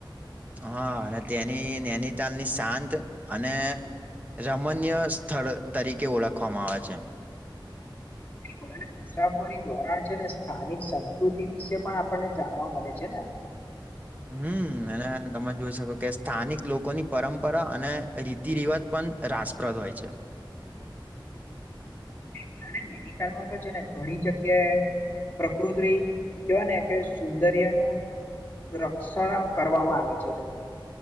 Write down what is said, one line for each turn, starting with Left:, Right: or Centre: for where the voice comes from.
Right: હા અને તેની નૈનીતાલની શાંત અને રમણ્યય સ્થળ તરીકે ઓળખવામાં આવે છે
Left: <inaudible> બિલકુલ અને મુસાફરી ધોરણ છે ને સ્થાનિક સંસ્કૃતિ વિશે પણ આપણને જાણવા મળે છે ને <inaudible>
Right: હમ અને તમે જોઈ શકો કે સ્થાનિક લોકોની પરંપરા અને રીતિ રિવાજ પણ રાસપ્રદ હોય છે.
Left: બિલકુલ અને નેનીતાલમાં તો છે ને ઘણી જગ્યાએ પ્રકૃત્રી કેવાય ને કે સુંદર્યનુ રક્ષણ આમ કરવામાં આવે છે તેનું